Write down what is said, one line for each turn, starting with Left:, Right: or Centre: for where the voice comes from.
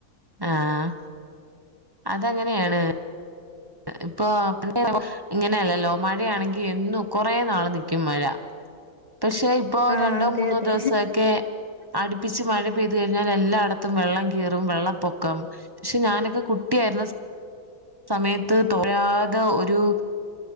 Right: ആഹ അതങ്ങനെയാണ് ഇപ്പൊ പിന്നെ ഇങ്ങനെയല്ലല്ലോ മഴയാണെങ്കി എന്നു കൊറെ നാള് നിക്കും മഴ പക്ഷെ ഇപ്പോൊ
Left: ആഹ്
Right: രണ്ടോ
Left: അതെ
Right: മൂന്നോ
Left: അതെ
Right: ദിവസമൊക്കെ അടുപ്പിച്ച് മഴ പെയ്തു കഴിഞ്ഞാൽ എല്ലായിടത്തും വെള്ളം കീറും വെള്ളപ്പൊക്കം പക്ഷെ ഞാനൊക്കെ കുട്ടിയായിരുന്ന സമയത്ത് തൊരാതെ ഒരു